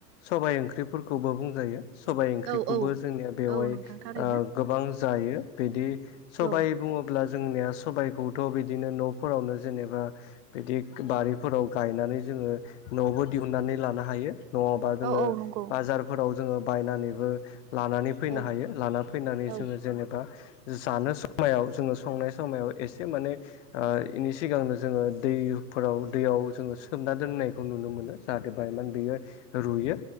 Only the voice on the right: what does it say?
औ औ
औ नोंथां
थारैनो
औ
औ औ नंगौ
औ
औ